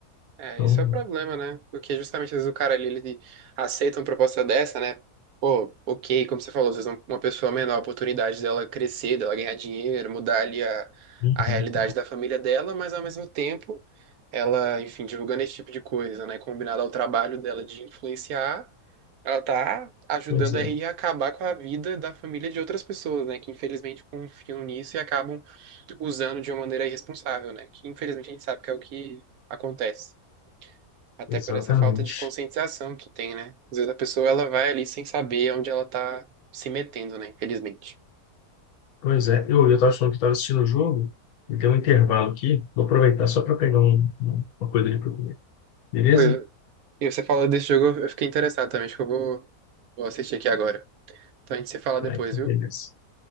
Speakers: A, on the right (about 75°); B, on the left (about 75°).
A: É,
B: Então,
A: isso é o problema, né? Porque justamente às vezes o cara ali, ele aceita uma proposta dessa, né? Pô, ok, como você falou, às vezes um- uma pessoa menor, a oportunidade dela crescer, dela ganhar dinheiro, mudar ali a,
B: uhum.
A: a realidade da família dela, mas ao mesmo tempo, ela, enfim, divulgando esse tipo de coisa, né? Combinado ao trabalho dela de influenciar, ela tá ajudando
B: Pois é,
A: aí a acabar com a vida da família de outras pessoas, né? Que infelizmente confiam nisso e acabam usando de uma maneira irresponsável, né? Que infelizmente a gente sabe que é o que acontece. Até
B: exatamente.
A: por essa falta de conscientização que tem, né? Às vezes a pessoa ela vai ali sem saber onde ela tá se metendo, né? Infelizmente.
B: Pois é, eu, eu estava achando que estava assistindo o jogo, e deu um intervalo aqui, vou aproveitar só para pegar um- um- uma coisa ali para comer. Beleza?
A: Oi, eu- e você falou desse jogo, eu fiquei interessado também. Acho que eu vou, vou assistir aqui agora. Então a gente se fala depois,
B: Ah, então
A: viu?
B: beleza.